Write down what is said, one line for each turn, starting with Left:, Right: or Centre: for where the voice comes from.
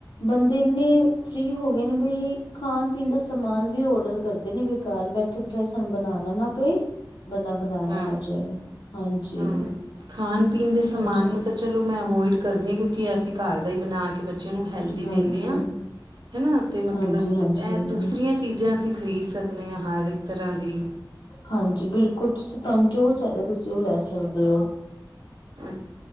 Left: ਬੰਦੇ ਇੰਹਨੇਂ ਫ੍ਰਰੀ ਹੋ ਗਏ ਨੇ ਬਈ। ਖਾਨ ਪੀਨ ਦਾ ਸਮਾਨ ਵੀ ਔਡਰ ਕਰਦੇ ਨੇ ਬਈ ਘਰ ਬੈਠ ਠੇ- ਬਿਠਾਏ ਸਾਨੂੰ ਬਨਾਨਾ ਨਾ ਪਏ। ਬੰਨਾ ਬਣਾਇਆ
Right: ਹੂੰ!
Left: ਆ- ਜਾਏ ਹਾਂਜੀ
Right: ਖਾਨ ਪੀਨ ਦੇ ਸਮਾਨ
Left: ਅੱਛਾ
Right: ਨੂੰ ਤੇ ਚਲੋ ਮੈਂ ਅਵੋਇਡ ਕਰਦੀ ਆ। ਕਿਉਂਕਿ ਅਸੀ ਘਰ ਦਾ ਹੀ ਬਨਾ ਕੇ ਬ ਚੇ ਨੂੰ ਹੈਲਦੀ
Left: ਹਾਂਜੀ
Right: ਦਿੰਨੇਂ ਆ। ਹਨਾ, ਤੇ ਮਤਲਬ
Left: ਹਾਂਜੀ ਹਾਂਜੀ
Right: ਇਹ ਦੂਸਰੀਆਂ ਚੀਜਾਂ ਅਸੀ ਖਰੀਦ ਸਕਨਿਆਂ ਹਰ ਇੱਕ ਤਰਾਂ ਦੀ।
Left: ਹਾਂਜੀ! ਬਿਲਕੁਲ ਤੁਸੀ, ਤਾਨੂੰ ਜੋ ਚਾਹੀਦਾ, ਤੁਸੀ ਉਹ ਲੈ ਸਕਦੇ ਓ।
Right: ਅ